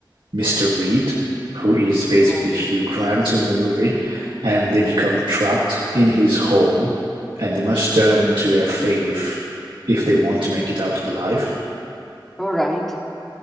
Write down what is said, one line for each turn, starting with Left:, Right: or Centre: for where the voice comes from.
Right: Mr. Reed, who is basically
Centre: Right.
Right: Hugh Grant in the movie, and they become trapped in his home and they must turn to their faith if they want to make it out alive.
Centre: All right.